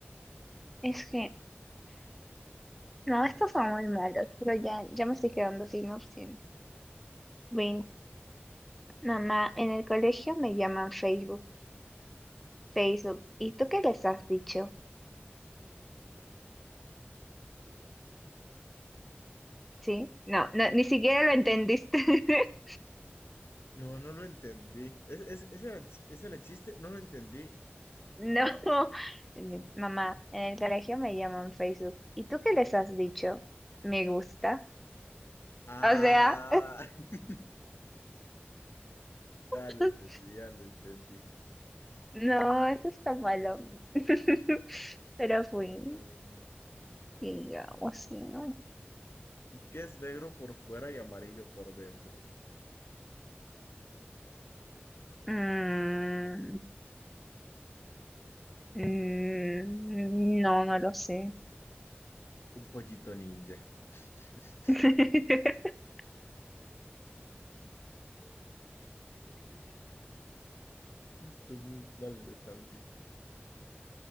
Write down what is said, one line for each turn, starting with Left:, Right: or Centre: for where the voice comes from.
Centre: Es que, no, estos son muy malos, pero ya, ya me estoy quedando sin opciones. veinte mamá, en el colegio me llaman Facebook, Facebook. ¿Y tú qué les has dicho? ¿Sí? No, no, ni siquiera lo entendiste. <laughs>
Left: No, no lo entendí. ¿Es, es, ese era el, chi- ese era el chiste? No lo entendí.
Centre: No, Ni- mamá, en el colegio me llaman Facebook. ¿Y tú qué les has dicho? Me gusta.
Left: Ah,
Centre: O sea,
Left: <laughs> ya
Centre: <laughs>
Left: lo entendí, ya lo entendí.
Centre: no, eso está malo. <laughs> Pero fui,
Left: Entonces,
Centre: digamos, ¿sí, ¿no?
Left: ¿Qué es negro por fuera y amarillo por dentro?
Centre: Mm, Mm, no, no lo sé.
Left: Un pollito ninja. <laughs>
Centre: <laughs>
Left: Está muy malo también.